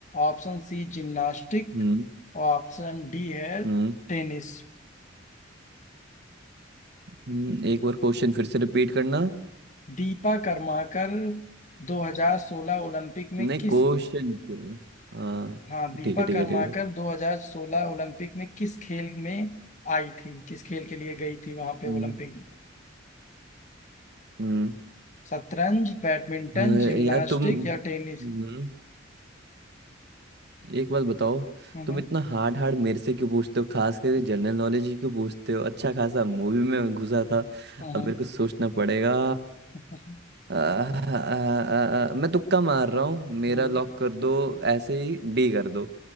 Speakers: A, on the left; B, on the right.
A: Option C gymnastic
B: हम्म
A: और ऑप्शन डी है
B: हम्म
A: टेनिस
B: हम्म, एक बार क्वेश्चन फिर से रिपीट करना
A: दीपा कर्माकर 2016 ओलंपिक में
B: नहीं
A: किस
B: क्वेश्चन को। हाँ
A: हाँ दीपा
B: ठीक है ठीक
A: कर्माकर
B: है ठीक है
A: 2016 ओलंपिक में किस खेल में आई थी किस खेल के लिए गई थी वहां पे
B: हम्म
A: ओलंपिक में
B: हम्म
A: शतरंज बैडमिंटन
B: अरे
A: जिम्नास्टिक
B: यार तुम
A: या टेनिस
B: हम्म एक बात बताओ
A: हम्म
B: तुम इतना हार्ड हार्ड मेरे से क्यों पूछते हो खास कर जनरल नॉलेज ही क्यों पूछते हो अच्छा खासा मूवी में घुसा था अब
A: हम्म हम्म
B: मेरे को सोचना पड़ेगा
A: हम्म,
B: आ, आ, आ, मैं तुक्का मार रहा हूँ मेरा
A: हम्म।
B: लॉक कर दो ऐसे ही डी कर दो